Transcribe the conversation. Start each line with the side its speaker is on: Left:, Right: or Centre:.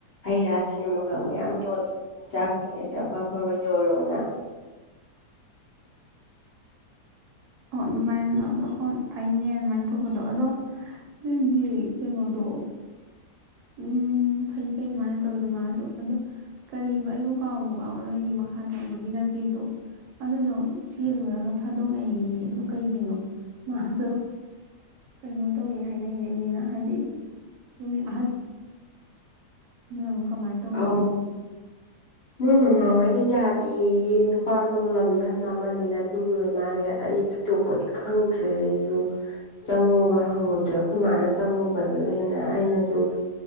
Left: ꯍꯩ ꯔꯥ ꯁꯦꯝꯃꯒ ꯃꯌꯥꯝ ꯌꯣꯜꯂꯤ ꯆꯤꯟꯖꯥꯛꯀꯤ ꯑꯗꯩ ꯑꯐ ꯑꯐꯕ ꯌꯣꯜꯂꯣꯅ
Right: ꯑꯣ ꯑꯗꯨ ꯃꯥꯏꯅ ꯑꯗꯨ ꯍꯣꯏ ꯐꯩꯅꯦ ꯑꯗꯨꯃꯥꯏꯅ ꯇꯧꯕꯗꯣ ꯑꯗꯣ ꯑꯩꯒꯤ ꯀꯩꯅꯣꯗꯣ ꯎꯝ ꯐꯩ ꯐꯩ ꯑꯗꯨꯃꯥꯏꯅ ꯇꯧꯋꯗ ꯃꯥꯁꯨ ꯑꯗꯣ ꯀꯔꯤꯕ ꯑꯩꯕꯨ ꯀꯥꯎꯕ ꯀꯥꯎꯔ ꯅꯣꯏꯒꯤ ꯃꯈꯥ ꯊꯪꯕꯒꯤ ꯅꯆꯦꯗꯣ ꯑꯗꯨꯗꯣ ꯆꯦꯜꯂꯨꯔꯒ ꯐꯥꯗꯣꯛꯅꯛꯩ ꯑꯗꯨ ꯀꯩꯒꯤꯅꯣ ꯃꯥꯗꯣ ꯀꯩꯅꯣ ꯇꯧꯋ ꯍꯥꯏꯅꯩꯅꯦ ꯃꯤꯅ ꯍꯥꯏꯗꯤ ꯑꯗꯨ꯫ ꯑꯃꯨꯛ ꯀꯃꯥꯏꯅ ꯇꯧꯔꯤꯅꯣ
Left: ꯑꯧ ꯃꯣꯏ ꯃꯃꯥꯍꯣꯏꯅ ꯌꯥꯗꯦꯌꯦ꯫ ꯅꯨꯄꯥꯗꯣ ꯂꯝꯗꯣ ꯌꯥꯝ ꯂꯥꯞꯃꯜꯂꯦꯅꯦ ꯑꯗꯨꯒꯤ ꯑꯣꯏ ꯃꯥꯜꯂꯦ ꯑꯩ ꯊꯣꯏꯗꯣꯛ ꯗꯤ ꯈꯪꯗ꯭ꯔꯦ ꯑꯩꯁꯨ ꯆꯪꯉꯨꯒ ꯍꯪꯉꯨꯗ꯭ꯔꯦ ꯑꯩꯈꯣꯏ ꯃꯥꯅ ꯆꯪꯉꯨꯕ ꯑꯗꯨꯗ ꯍꯦꯟꯅ ꯑꯩꯅꯁꯨ